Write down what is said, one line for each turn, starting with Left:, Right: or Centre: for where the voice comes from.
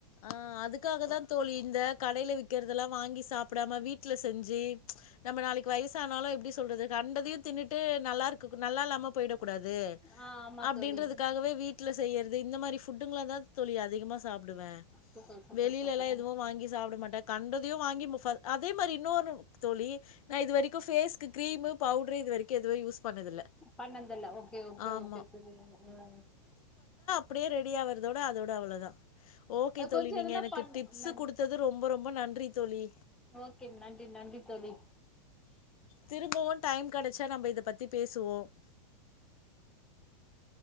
Left: ஆஹ் அதுக்காக தான் தோழி இந்த கடையில விக்குறது எல்லாம் வாங்கி சாப்டாம வீட்ல செஞ்சு நம்ப நாளைக்கு வயசானாலும் எப்டி சொல்றது கண்டதையும் தின்னுட்டு நல்லா இருக்கு நல்லா இல்லாம போயிட கூடாது
Centre: ஆ ஆமா
Left: அப்டின்றதுக்காகவே
Centre: தோழி
Left: வீட்ல செய்ற இந்த மாரி ஃபுட்டுங்க தான் தோழி அதிகமா சாப்டுவேன்
Centre: சூப்பர் சூப்பர்
Left: வெளிலலா
Centre: சூப்பர்
Left: எதுவும் வாங்கி சாப் புட மாட்டேன் கண்டதையும் வாங்கி அதே மாரி இன்னொனு தோழி நான் இதுவரிக்கும் ஃபேஸ்க்கு கிரீமு பவுட்ரு இதுவரிக்கும் எதுவே யூஸ் பண்ணதில்ல
Centre: பண்ணதுதில்ல ஓகே ஓகே
Left: ஆமா.
Centre: ஓகே புரியது உம்
Left: அப்டியே ரெடி ஆவுறதோட அதோட அவ்ளோ தான் ஓகே தோழி
Centre: கொஞ்சோ
Left: நீங்க
Centre: எதுனா
Left: எனக்கு
Centre: பண்ண
Left: டிப்ஸ்சு
Centre: நன்
Left: குடுத்தது ரொம்ப ரொம்ப நன் றக தோழி
Centre: ஓகே நன்றி நன்றி தோழி
Left: திரும்பவும் டைம் கடச்சா நம்ப இத பத்தி பேசுவோம்